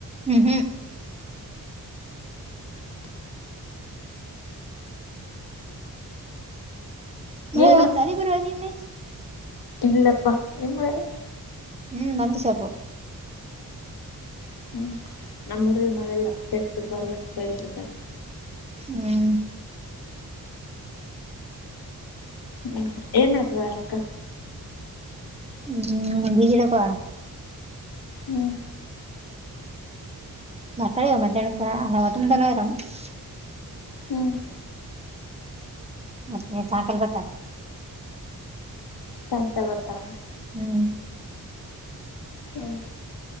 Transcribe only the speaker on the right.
ಹ್ಮ್ ಹ್ಮ್ ಮಳೆ
ಬಂತ <unintelligible> ನಿನ್ನೆ
ಹ್ಮ್ ನಂದು <unintelligible>
ಹ್ಮ್
ಹ್ಮ್ <unintelligible>
ಮಾತಾಡವ ಮಧ್ಯಾಹ್ನಕ್ಕ <unintelligible>
ಮತ್ತ ಸಾಯಂಕಾಲ ಬರ್ತಾಳಾ.
ಹ್ಮ್